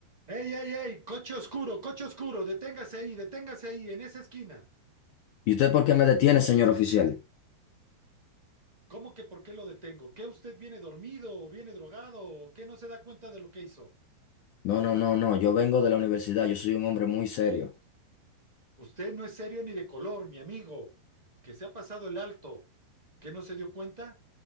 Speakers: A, on the right (about 20°); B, on the left (about 80°).
A: ¡Ey, ey, ey! Coche oscuro, coche oscuro, deténgase ahí, deténgase ahí, en esa esquina.
B: ¿Y usted por qué me detiene, señor oficial?
A: ¿Cómo que por qué lo detengo? ¿Qué usted viene dormido o viene drogado o qué no se da cuenta de lo que hizo?
B: No, no, no, no, yo vengo de la universidad, yo soy un hombre muy serio.
A: Usted no es serio ni de color, mi amigo, que se ha pasado el alto. ¿Qué no se dio cuenta?